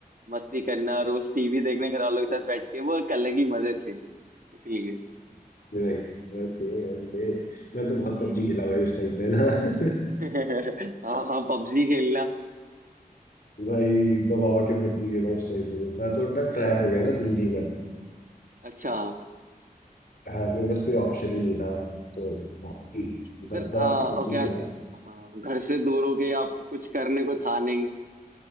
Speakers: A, on the right (about 65°); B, on the left (about 75°).
A: मस्ती करना रोज टीवी देखने घर वालों के साथ बैठ के वो एक अलग ही मजे थे इसलिए
B: <laughs> नहीं ओके ओके मैं तो बहुत
A: हम्म
B: पबजी खेला भाई उस टाइम पे ना <laughs>
A: <laughs> हाँ हाँ पबजी खेलना
B: भाई दबा के पबजी खेला उस टाइम पे मैं तो इतना ट्रैप
A: आई-
B: हो गया था दिल्ली में
A: अच्छा
B: हाँ मेरे पास कोई ऑप्शन ही नहीं था तो भाई दब
A: मतलब
B: दबा
A: आ,
B: के पबजी
A: ओके
B: खेला
A: हाँ घर से दूर हो गए आप कुछ करने को था नहीं